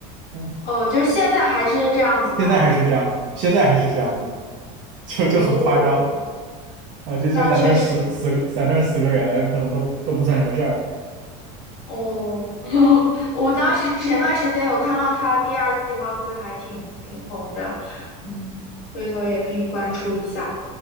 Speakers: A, on the right; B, on the left.
A: 嗯，
B: 哦，就是现在还是这样子吗？
A: 现在还是这样子，现在还是这样子，就就很夸张
B: 哦，
A: 啊，就就在那儿死死在那儿死个人，
B: 那确实。
A: 可能都都不算什么事儿。
B: 哦，<laughs> 我当时前段时间有看到他第二季，貌似还挺挺红的，嗯，回头也可以关注一下。